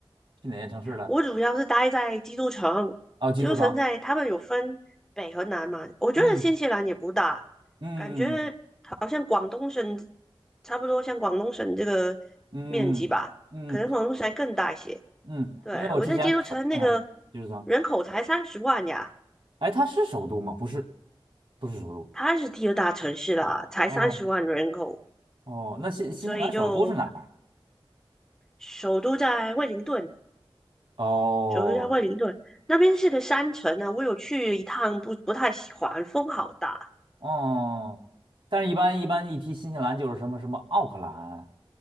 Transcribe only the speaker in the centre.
我主要是待在基督城，
基督城在他们有分北和南嘛，我觉得新西兰也不大，
感觉好像广东省差不多，像广东省这个
面积吧，可能广东省还更大一些。
对，我在基督城那个
人口才三十万呀，
它是第二大城市啦，才三十万人口，
所以就首都在惠灵顿，
首都在惠灵顿那边是个山城呢，我有去一趟不，不太喜欢，风好大。